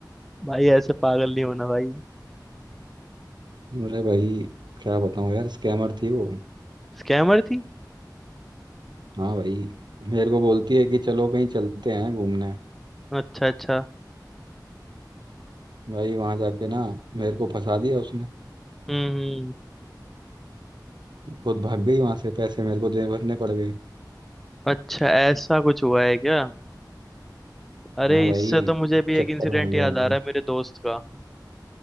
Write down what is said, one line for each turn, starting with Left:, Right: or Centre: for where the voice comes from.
Centre: भाई ऐसे पागल नहीं होना भाई
Right: अरे भाई क्या बताऊं यार स्कैमर थी वो
Centre: स्कैमर थी
Right: हाँ भाई मेरे को बोलती है कि चलो कहीं चलते हैं घूमने
Centre: अच्छा अच्छा
Right: भाई वहां जाके ना मेरे को फंसा दिया उसने
Centre: हम्म हम्म।
Right: खुद भाग गई वहां से पैसे मेरे को दे भरने पड़ गए
Centre: अच्छा ऐसा कुछ हुआ है क्या अरे
Right: हाँ भाई
Centre: इससे तो मुझे भी
Right: चक्कर
Centre: एक इंसिडेंट
Right: मार गया
Centre: याद
Right: भाई
Centre: आ रहा है मेरे दोस्त का